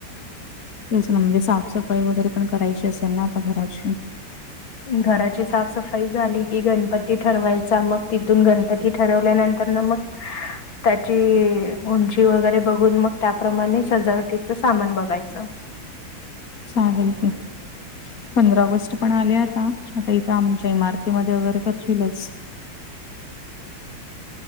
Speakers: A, on the left (about 45°); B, on the left (about 75°).
A: तेच ना म्हणजे साफसफाई वगैरे पण करायची असेल ना आता घराची?
B: घराची साफसफाई झाली कि गणपती ठरवायचा मग तिथून गणपती ठरवल्यानंतरन मग <inaudible> त्याची उंची वगैरे बघून मग त्याप्रमाणे सजावटीच सामान बघायचं.
A: चालेल की. पंधरा ऑगस्ट पण आले आता आता इथं आमच्या इमारती मध्ये वगैरे करतीलच.